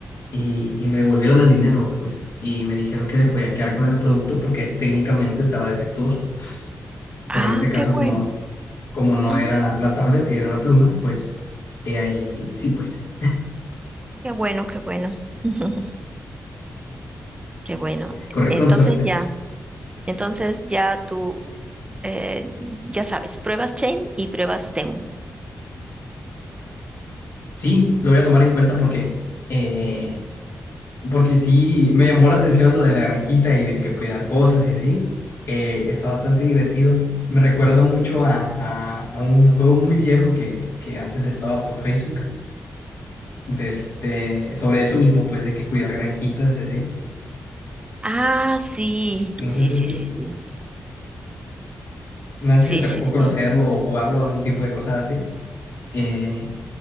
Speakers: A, on the left; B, on the right.
A: y, y me devolvieron el dinero, pues, y me dijeron que me podía quedar con el producto porque técnicamente estaba defectuoso.
B: Ah,
A: Pero en este caso,
B: qué bueno.
A: como, como no
B: Ujú,
A: era la tablet, era la pluma, pues, he ahí, sí, pues,
B: Qué bueno, qué bueno. <laughs> Qué bueno.
A: corrí
B: Entonces
A: con suerte.
B: ya, entonces ya tú, eh, ya sabes, pruebas Chain y pruebas Temu.
A: Sí, lo voy a tomar en cuenta porque, eh, porque sí, me llamó la atención lo de la granjita y de que cuidar cosas y así. Eh, está bastante divertido. Me recuerda mucho a, a, a un juego muy viejo que, que antes estaba por Facebook de este, sobre eso mismo, pues, de que cuidar granjitas y así.
B: Ah, sí,
A: No
B: sí,
A: sé
B: sí,
A: si te,
B: sí, sí.
A: no
B: Sí,
A: sé si te
B: sí,
A: tocó
B: sí.
A: conocerlo o jugarlo, algún tipo de cosas así. Eh,